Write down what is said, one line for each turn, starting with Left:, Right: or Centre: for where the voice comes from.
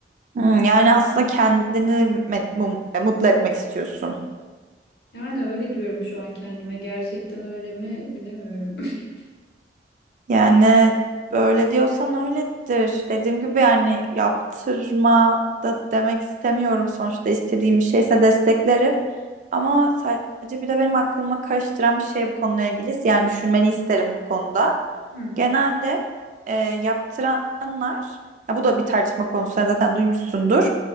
Right: Hmm, yani aslında kendini met- mum- e, mutlu etmek istiyorsun.
Left: Yani öyle diyorum şu an kendime. Gerçekten öyle mi bilemiyorum. <laughs>
Right: Yani böyle diyorsan öyledir. Dediğim gibi yani yaptırma da demek istemiyorum. Sonuçta istediğim bir şeyse desteklerim. Ama sadece bir de benim aklıma karıştıran bir şey bu konuyla ilgili. Yani düşünmeni isterim bu konuda.
Left: Hı.
Right: genelde e, yaptıranlar ya bu da bir tartışma konusu sen zaten duymuşsundur.